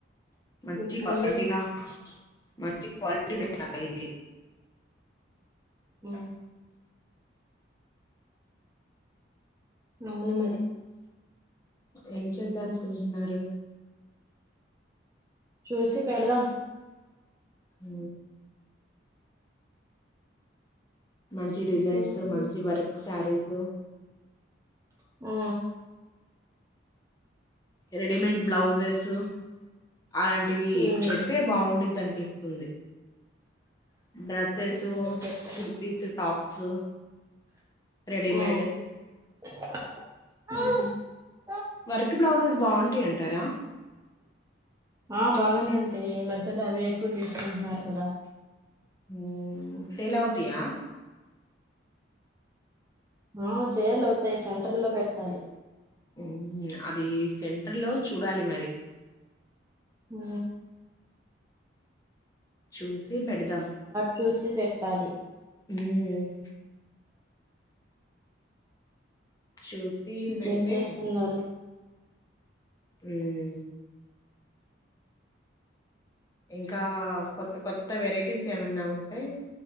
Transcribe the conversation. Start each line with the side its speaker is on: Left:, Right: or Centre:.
Left: మంచి
Right: పెట్టండి
Left: క్వాలిటీగా మంచి క్వాలిటీ పెట్టాలి
Right: ఉ అవును మరి
Left: ఏం చేద్దాం అనుకుంటున్నారు
Right: చూసి పెడదాం
Left: హ మంచి డిజైన్స్
Right: ఇంకేంటి
Left: మంచి వర్క్ శారీస్
Right: ఓ
Left: రెడిమేడ్ బ్లౌజెస్ అలాంటివి
Right: ఉమ్
Left: పెడితే బావుండుద్ది అనిపిస్తుంది డ్రస్సెస్
Right: ఉమ్ చెప్పండి
Left: కుర్తీస్ టాప్స్ రెడీమేడ్
Right: ఉమ్, <unintelligible>
Left: వర్క్ బ్లౌజెస్ బావుంటాయన్ టారా
Right: ఆ బాగానే ఉంటాయి ఈ మధ్యలో అవే ఎక్కువ తీసుకుంటున్నారు కదా
Left: ఊ ఉమ్ సేల్ అవుతయా
Right: ఆ సేల్ అవుతాయి సెంటర్లో పెట్టాలి
Left: ఉమ్మ్ అది సెంటర్ లో చూడాలి మరి
Right: హ
Left: చూసి పెడదాం
Right: చూసి పెట్టాలి
Left: మ్మ్ చూసి
Right: ఇంకేం
Left: పెడితే
Right: చేస్తున్నారు
Left: ఊమ్మ్ ఇంకా కొత్త కొత్ త్త వెరైటీస్ ఏమన్నా ఉంటాయి